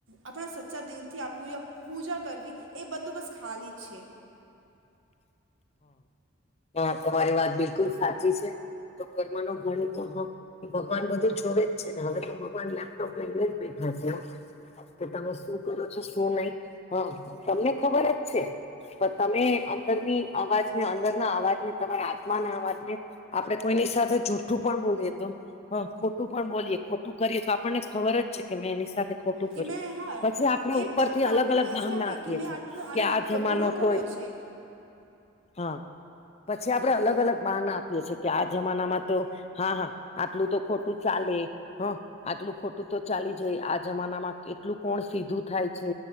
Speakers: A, on the right; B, on the left.
A: આપણા સચ્ચા દિલથી આપું પૂજા કરવી એ બધું બસ્સ ખાલી છે
B: હા તમારી વાત બિલકુલ સાચી છે તો કર્મનું ઘડું તો હા એ ભગવાન બધું જોવે છે ને હવે તો ભગવાન લેપટોપ લઈને જ બેઠા છે તમે શું કરો છો શું નહી હા તમને ખબર જ છે પણ તમે અંદરની અવાજને અંદરના અવાજને તમારા આત્માના અવાજને આપડે કોઈની સ જૂઠું પણ બોલીએ તો હ ખોટું પણ બોલીએ ખોટું કરીએ તો આપણને ખબર છે કે મેં એની સાથે ખો ટુ કર્યું
A: કે મેં હા
B: પછી આપણે
A: એ
B: ઉપરથી
A: ડર તો
B: અલગ
A: આપણને
B: અલગ બહના
A: જ લાગે
B: આપીએ
A: કે મેં
B: છેએ
A: આટલો
B: કે
A: આનો
B: આ જમાનો
A: ગ- બુરો કર્યો
B: તોય
A: છે
B: હા પછી આપણે અલગ અલગ બહના આપીએ છેએ કે આ જમાનામાં તો હા હા આટલું તો ખોટું ચાલે હા આટલું ખોટું તો ચાલી જાય આ જમાનામાં કેટલું કોણ સીધું થાય છે